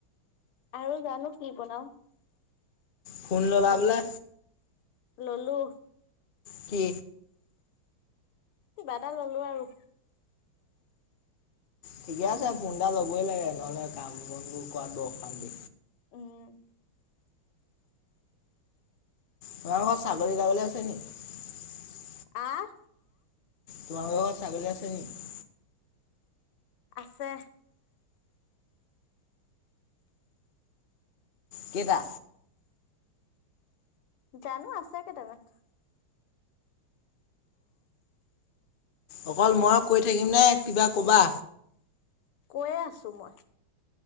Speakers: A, on the left; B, on the left.
A: আৰু জানো কি বনাও
B: ফোন ললা
A: ভাজি
B: বোলে
A: ললো
B: কি
A: কিবা এটা ললো আৰু
B: ঠিকে আছে ফোন এটা লবই লাগে নহলে কাম বন বোৰ কৰাত বৰ অশান্তি
A: উম
B: তোমাৰ ঘৰত ছাগলী টাগলী আছে নেকি
A: আহ
B: তোমালোকৰ ঘাৰত ছাগলী আছে নেকি
A: আছে
B: কেইটা
A: জানো আছে কেইটামান
B: অকল ম‌ইয়ে কৈ থাকিম নে কিবা কবা
A: কৈয়ে আছো মই